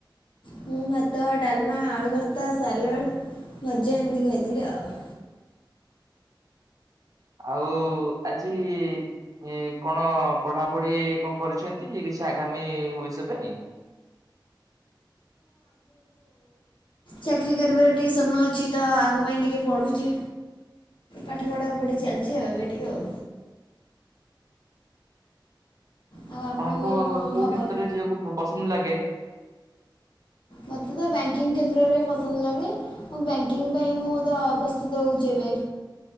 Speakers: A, on the left (about 75°); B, on the right (about 45°).
A: ମୁଁ ଭାତ, ଡାଲମା, ଆଳୁ ଭର୍ତ୍ତା, ସାଲଡ଼ ଭଜା ଏମିତି ଖାଇଥିଲି ଆଉ।
B: ଆଉ ଆଜି ଇଁ କଣ ପଢାପଢି କଣ କରିଛନ୍ତି କି ଛି ଆଗାମୀ ଭବିଷ୍ୟ ପାଇଁ?
A: ଚାକିରୀ କରିବାର ଟିକେ ସ୍ୱପ୍ନ ଅଛି ତ ଆଗ ପାଇଁ ଟିକେ ପଢୁଚି। ପାଠ ପଢାପଢି ଚାଲିଚି ଆଉ ଏବେ ଟିକେ ଆଉ। ଆଉ ଆପଣଙ୍କର
B: ଆପଣଙ୍କ
A: କଣ
B: କୋଉ
A: ଖବର
B: କ୍ଷେତ୍ରରେ
A: କଣ?
B: ଯିବାକୁ ପସନ୍ଦ ଲାଗେ?
A: ମତେ ତ ବ୍ୟାଙ୍କିଙ୍ଗ କ୍ଷେତ୍ରରେ ପସନ୍ଦ ଲାଗେ ଆଉ ବ୍ୟାଙ୍କିଙ୍ଗ ପାଇଁ ମୁଁ ତ ପ୍ରସ୍ତୁତ ହଉଚି ଏ ବେ।